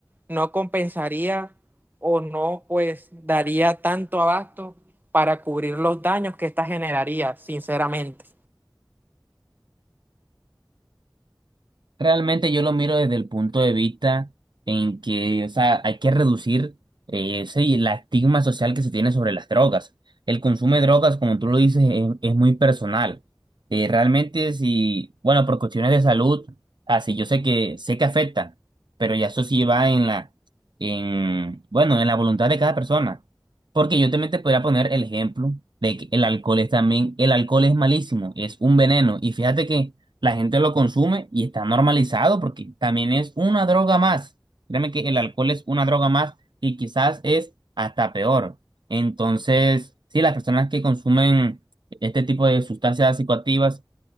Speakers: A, on the right; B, on the right.
A: no compensaría o no pues daría tanto abasto para cubrir los daños que esta generaría, sinceramente.
B: Realmente yo lo miro desde el punto de vista en que, o sea, hay que reducir eh, ese y la estigma social que se tiene sobre las drogas. El consumo de drogas, como tú lo dices, es, es muy personal. Eh, realmente, si, bueno, por cuestiones de salud, así yo sé que sé que afecta, pero ya eso sí va en la, en, bueno, en la voluntad de cada persona. Porque yo también te podría poner el ejemplo de que el alcohol es también, el alcohol es malísimo, es un veneno. Y fíjate que la gente lo consume y está normalizado porque también es una droga más. Créeme que el alcohol es una droga más y quizás es hasta peor. Entonces, sí, las personas que consumen este tipo de sustancias psicoactivas